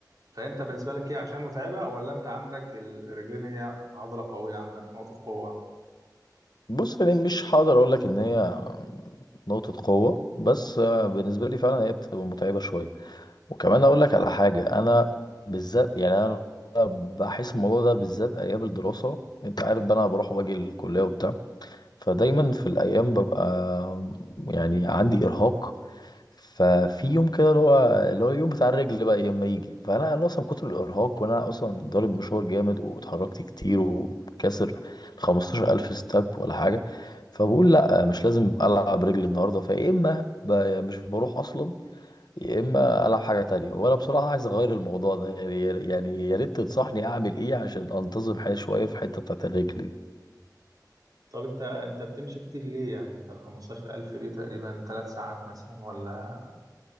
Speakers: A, on the right; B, on the left.
A: فانت بالنسبة لك هي عشان متعبة ولا انت عندك الرجلين هي عضلة قوية عندك نقطة قوة
B: بص يعني مش هقدر اقول لك ان هي نقطه قوه بس آه، بالنسبه لي فعلا هي بتبقى متعبه شويه وكمان اقول لك على حاجه انا بالذات يعني انا بحس الموضوع ده بالذات ايام الدراسه انت عارف بقى انا بروح واجي الكليه وبتاع فدايما في الايام ببقى يعني عندي ارهاق ففي يوم كده اللي هو اللي هو اليوم بتاع الرجل بقى لما يجي فانا أنا اصلا من كتر الارهاق وانا اصلا ضارب مشوار جامد واتحركت كتير وكاسر 15000 الف ستاب ولا حاجه فبقول لا مش لازم العب رجل النهارده فيا اما ب- مش بروح اصلا يا اما العب حاجه تانية وانا بصراحه عايز اغير الموضوع ده يعني يعني يا ريت تنصحني اعمل ايه عشان انتظم حياتي شويه في الحته بتاعت الرجل دي.
A: طب انت انت بتمشي كتير ليه يعني انت 15000 دي تقريبا 3 ساعات مثلا ولا